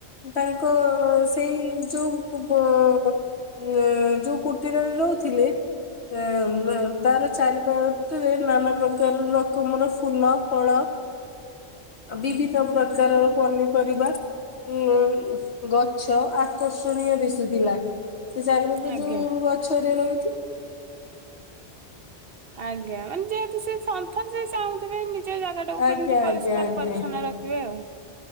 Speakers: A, on the left; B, on the right.
A: ତାଙ୍କ ସେଇ ଯୋଉ ଉ ଯୋଉ କୁଟିରରେ ରହୁଥିଲେ ହ ତାଲେ ଚାରି ପଟେ ନମ ରକମର ଫୁଲ ଫଳ ବିଭିନ୍ନ ପ୍ରକାରର ପନିପରିବା ଉ ଗଛ ଗଛ ଆକର୍ଷଣୀୟ ଦିଶୁଥିଲା ସେ ଚାରିଲ କି
B: ଆଜ୍ଞା।
A: ଯୋଉ ଗଛରେଳ
B: ଆଜ୍ଞା ମାନେ ଯେହେତୁ ସେ ସନ୍ ତଥା ସେ ଚାହୁଁଥିବେ ନିଜ ଜାଗା ଟାକୁ
A: ଆଜ୍ଞା
B: କେମିତି
A: ଆଜ୍ଞା
B: ପରିଷ୍କାର
A: ଆଜ୍ଞା।
B: ପରିଚ୍ଛନ୍ନ ରଖିବେ ଆଉ।